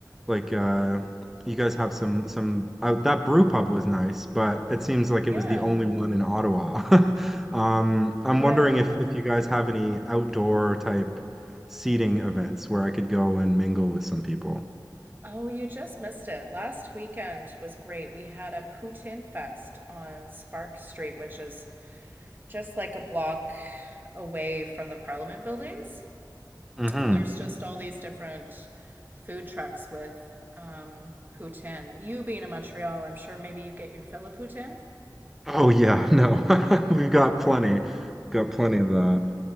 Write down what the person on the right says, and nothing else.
Yeah.
Yeah.
Oh, you just missed it. Last weekend was great. We had a poutine fest on Spark Street, which is just like a block away from the Parliament buildings.
And there's just all these different food trucks with um, poutine. You being in Montreal, I'm sure maybe you get your fill of poutine.